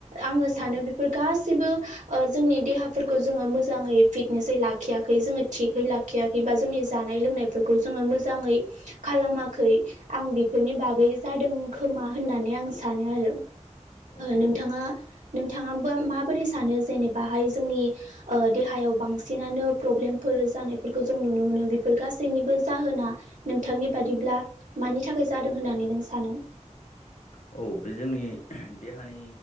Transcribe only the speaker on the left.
औ
औ
औ
औ औ
औ। बे जोंनि देहानि